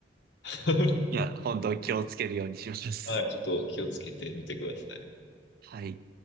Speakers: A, on the left; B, on the right.
A: <laughs>
B: いや、本当気をつけるようにします。
A: はい。ちょっと気をつけてみてください。
B: はい。